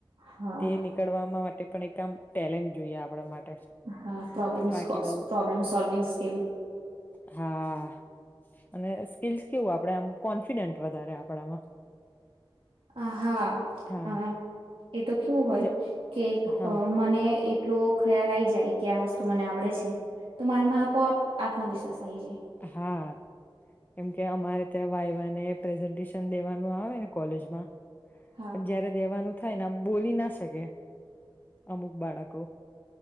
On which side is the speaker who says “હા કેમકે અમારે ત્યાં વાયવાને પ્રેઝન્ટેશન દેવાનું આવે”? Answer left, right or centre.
Left